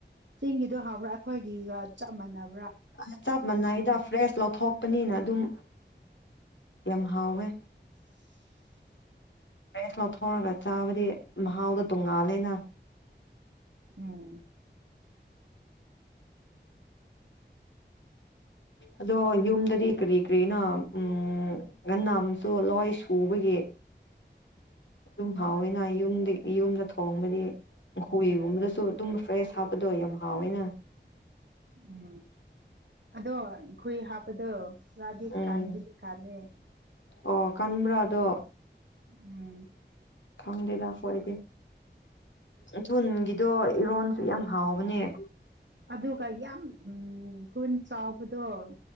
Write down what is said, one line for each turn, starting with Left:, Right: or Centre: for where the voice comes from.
Right: ꯆꯤꯡꯒꯤꯗꯣ ꯍꯕ꯭ꯔꯥ ꯑꯩꯈꯣꯏꯒꯤꯒ ꯆꯞ ꯃꯥꯟꯅꯕ
Left: ꯑ ꯆꯞ ꯃꯅꯥ ꯏꯗ ꯐ꯭ꯔꯦꯁ ꯂꯧꯊꯣꯛꯄꯅꯤꯅ ꯑꯗꯨꯝ ꯌꯥꯝ ꯍꯋꯦ
Right: <unintelligible>
Left: ꯕꯦꯁ ꯂꯧꯊꯣꯛꯔꯒ ꯆꯥꯕꯗꯤ ꯃꯍꯥꯎꯗꯣ ꯇꯣꯡꯉꯥꯜꯂꯦꯅ
Right: ꯎꯝ
Left: ꯑꯗꯣ ꯌꯨꯝꯗꯗꯤ ꯀꯔꯤ ꯀꯔꯤꯅꯣ ꯎꯝ ꯉꯟꯅ ꯑꯃꯁꯨ ꯂꯣꯏ ꯁꯨꯕꯒꯤ ꯑꯗꯨꯝ ꯐꯥꯎꯋꯦꯅ
Right: ꯍꯣꯏ
Left: ꯑꯩ ꯌꯨꯝꯗꯤ ꯏ ꯌꯨꯝꯗ ꯈꯕꯗꯤ ꯍꯧꯏꯒꯨꯝꯕꯗꯁꯨ ꯑꯗꯨꯝ ꯐ꯭ꯔꯦꯁ ꯍꯥꯞꯄꯗꯣ ꯌꯥꯝ ꯍꯥꯎꯋꯦꯅ
Right: ꯎꯝ ꯑꯗꯣ ꯈꯣꯏ ꯍꯥꯞꯄꯗꯣ ꯁꯀ꯭ꯔꯙ
Left: ꯎꯝ
Right: ꯀꯥꯥꯟꯕꯨꯗꯤ ꯀꯂꯦ
Left: ꯑꯣ ꯀꯟꯕ꯭ꯔꯥ ꯑꯗꯣ
Right: ꯎꯝ
Left: ꯈꯪꯗꯦꯗ ꯐꯣꯏꯗꯤ ꯊꯨꯜꯒꯤꯗꯣ ꯏꯔꯣꯟ ꯁꯨ ꯌꯥꯝ ꯍꯥꯎꯕꯅꯦ
Right: ꯑꯗꯨꯒ ꯌꯥꯝ ꯎ ꯊꯨꯅ ꯆꯥꯎꯕꯗꯣ